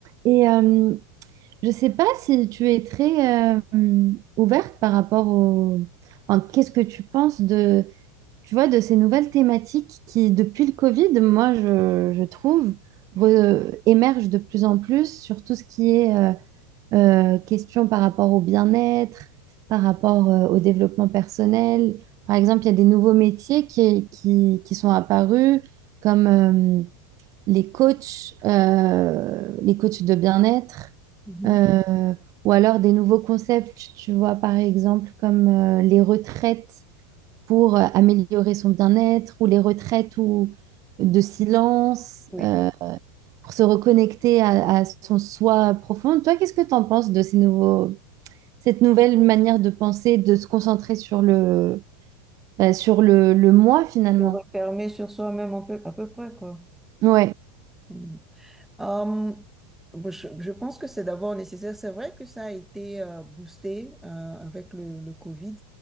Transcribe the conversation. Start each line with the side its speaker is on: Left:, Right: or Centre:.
Right: Et euh, je ne sais pas si tu es très euh, hum, ouverte par rapport au... enfin, qu'est-ce que tu penses de, tu vois, de ces nouvelles thématiques qui, depuis le Covid, moi, je, je trouve, re- émergent de plus en plus sur tout ce qui est euh, euh, question par rapport au bien-être, par rapport euh, au développement personnel. Par exemple, il y a des nouveaux métiers qui, qui, qui sont apparus, comme euh, les coachs, euh, les coachs de bien-être
Centre: Mhm.
Right: euh, ou alors des nouveaux concepts, tu vois, par exemple, comme euh, les retraites pour euh, améliorer son bien-être, ou les retraites ou euh, de silence,
Centre: Oui.
Right: euh, pour se reconnecter à, à son soi profond. Toi, qu'est-ce que tu en penses de ces nouveaux, cette nouvelle manière de penser, de se concentrer sur le, bah, sur le, le moi finalement?
Centre: de refermer sur soi-même un peu, à peu près, quoi.
Right: Ouais.
Centre: Mhm. Hum, bon, je, je pense que c'est d'abord nécessaire. C'est vrai que ça a été euh, boosté euh, avec le, le Covid,